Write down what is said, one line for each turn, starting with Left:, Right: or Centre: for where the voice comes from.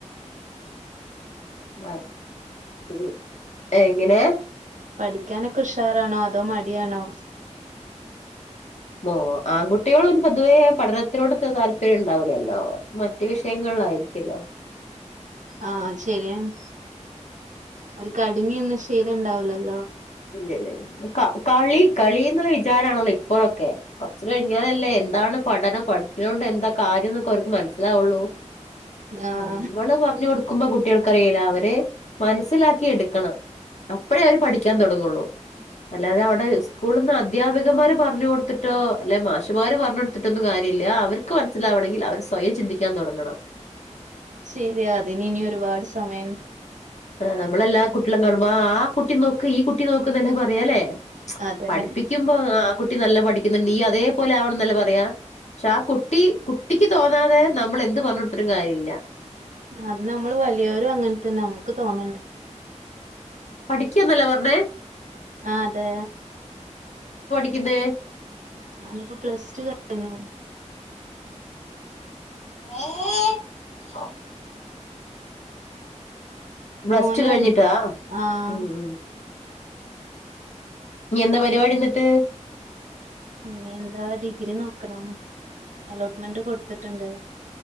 Left: വഴ് മ് എങ്ങനെ
Right: പഠിക്കാനൊക്കെ ഉഷാറാണോ അതോ മടിയാണോ
Left: മോ ആൺകുട്ട്യോള് പിന്നെപൊതുവേ പഠനത്തിനോട് താല്പര്യം ഉണ്ടാവൂലല്ലോ മറ്റ് വിഷയങ്ങ ളായിരിക്കല്ലോ
Right: ആ ശെരിയാണ് ഓര് ക് അടങ്ങിയിന്ന് ശീലണ്ടാവുലല്ലോ
Left: ഇല്യ ഇല്യ ഇല്യ കളി കളി ന്നുള്ളവിചാരാണല്ലോ ഇപ്പോഴൊക്കെ കൊറച്ച് കഴിഞ്ഞാലല്ലേ എന്താണ് പഠനം പഠിച്ചത് കൊണ്ട് എന്താ കാര്യം ന്നൊക്കെ അവർക്ക് മനസ്സിലാവൊള്ളൂ
Right: ആഹ്
Left: നമ്മള് പറഞ്ഞ് കൊടു ക്കുമ്പോ കുട്ടികൾക്കറിയില്ല അവര് മനസ്സിലാക്കി എടുക്കണം അപ്പോഴേ അവര് പഠി ക്കാൻ തൊടങ്ങുള്ളൂ അല്ലാതെ അവിടെ സ്കൂള്ന്ന് അധ്യാപികമാര് പറഞ്ഞു കൊടുത്തിട്ടോ അല്ലെ മാഷുമാര് പറഞ്ഞ് കൊടുത്തിട്ടൊന്നും കാര്യമില്ല അവർക്ക് മനസ്സിലാവണെങ്കിൽ അവൻ സ്വയം ചിന്തിക്കാൻ തൊടങ്ങണം
Right: ശരിയാതിനിനി ഒരുപാട് സമയം
Left: ആ്നമ്മളെല്ലാ കുട്ടികളേം കാണുമ്പോ ആ കുട്ടി നോക്ക് ഈ കുട്ടി നോക്ക് ന്നല്ലെ പറയാല്ലേ
Right: അതെ
Left: പഠിപ്പിക്കുമ്പോ ആ കുട്ടി നല്ല പഠിക്കുന്നുണ്ട് നീ അതേപോലെ ആവണം എന്നല്ലെ പറയാ പക്ഷെ ആ കുട്ടി കുട്ടിക്ക് തോന്നാതെ നമ്മൾ എന്ത് പറഞ്ഞ കൊടുത്തിട്ടും കാര്യല്ല
Right: അത് നമ്മള് വലിയരും അങ്ങനെ തന്നെ നമുക്ക് തോന്നണ്ട്
Left: പഠിക്കന്നല്ലേ പറഞ്ഞേ
Right: ആ അതെ
Left: എന്താ പഠിക്കുന്നെ
Right: ഞാനിപ്പോ പ്ലസ് റ്റു കഴിഞ്ഞു
Left: ഏ പ്ലസ്‌റ്റു
Right: മോനാണ്
Left: കഴിഞ്ഞിട്ടാ ആ
Right: ആഹ്
Left: മ് മ് ഇനി എന്താ പരിപാടി എന്നിട്ട്
Right: ഇനി എന്താ ഡിഗ്രി നോക്കണം അലോട്ട്മെന്റ് കൊട്ത്ത്ട്ട്ണ്ട്